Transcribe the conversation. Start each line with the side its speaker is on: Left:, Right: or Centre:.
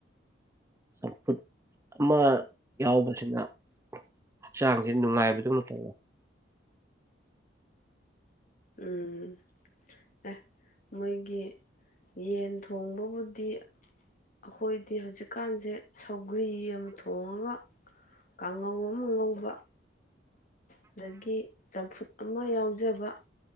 Right: ꯆꯝꯐꯨꯠ ꯑꯃ ꯌꯥꯎꯕꯁꯤꯅ ꯍꯛꯆꯥꯡꯁꯦ ꯅꯨꯡꯉꯥꯏꯕꯗꯨꯅ ꯇꯧꯋꯦ
Left: ꯎꯝ ꯑꯦ ꯃꯣꯏꯒꯤ ꯌꯦꯟ ꯊꯣꯡꯕꯕꯨꯗꯤ ꯑꯩꯈꯣꯏꯗꯤ ꯍꯧꯖꯤꯛꯀꯥꯟꯁꯦ ꯁꯧꯒ꯭ꯔꯤ ꯑꯃ ꯊꯣꯡꯉꯒ ꯀꯥꯡꯉꯧ ꯑꯃ ꯉꯧꯕ ꯑꯗꯒꯤ ꯆꯝꯐꯨꯠ ꯑꯃ ꯌꯥꯎꯖꯕ